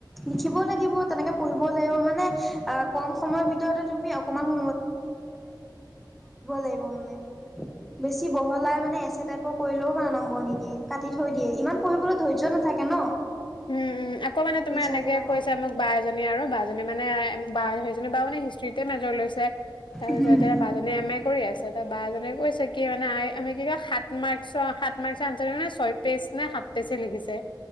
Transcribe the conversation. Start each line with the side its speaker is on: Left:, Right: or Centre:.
Centre: লিখিবও লাগিব তেনেকে পঢ়িব লাগিব মানে অ কম সময়ৰ ভিতৰতে তুমি অকমান লিব মানে বেছি বহলাই মানে এচ এ টাইপৰ কৰিলেও মানে নম্বৰ নিদিয়ে কাটি থৈ দিয়ে ইমান পঢ়িবলৈ ধৈৰ্য নাথা থাকে ন
Left: উম-উম, আকৌ মানে তোমাৰ
Centre: টিচাৰ
Left: এনেকে
Centre: বিলাকৰ
Left: কৈছে মোক বা এজনীয়ে আৰু বা জনী মানে বা সেইজনী বাই মানে হিষ্ট্ৰীতে মেজৰ লৈছে তাৰপিছতে
Centre: উম
Left: বা জনীয়ে এম এ কৰি আছে ত' বা মান কৈছে কি মানে আমি কি ক সাত মকাত মকে ছয় পেজ নে সাত পেজে লিখিছে